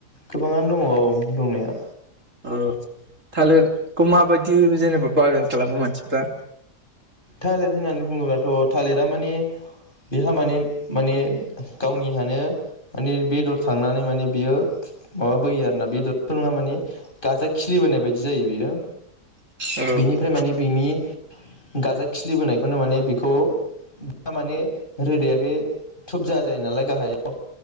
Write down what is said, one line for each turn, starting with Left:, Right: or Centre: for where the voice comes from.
Left: गोबाङानो दङ औ दंनाया।
Right: औ थालिरखौ माबायदि जेनेबा बागान खालामो मानसिफ्रा
Left: थालिर होननानै बुङोब्लाथ थालिरा माने बेहा माने माने गावनिहानो माने बेदर थांनानै माने बियो माबा बोयो आरोना बेदरथ नङा माने गाजा खिलिबोनाय बायदि जायो बियो।
Right: औ उम
Left: बेनिफ्राय माने बिनि गाजा खिलिबोनायखौनो माने बेखौ दा माने रोदाया बे थुबजा जायो नालाय गाहायाव